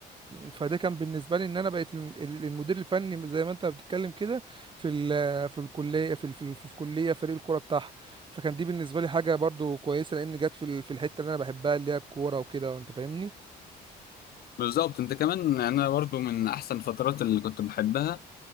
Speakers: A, on the right; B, on the left.
A: فده كان بالنسبة لي ان انا بقيت الم- ال- المدير الفني زي ما انت بتتكلم كده في ال... في الكلية في ال... في, ال... في كلية فريق الكورة بتاعها فكان دي بالنسبة لي حاجة برضو كويسة لان جت في ال... في الحتة اللي انا بحبها اللي هي الكورة وكده وانت فاهمني
B: بالظبط انت كمان انا برضو من احسن الفترات اللي كنت بحبها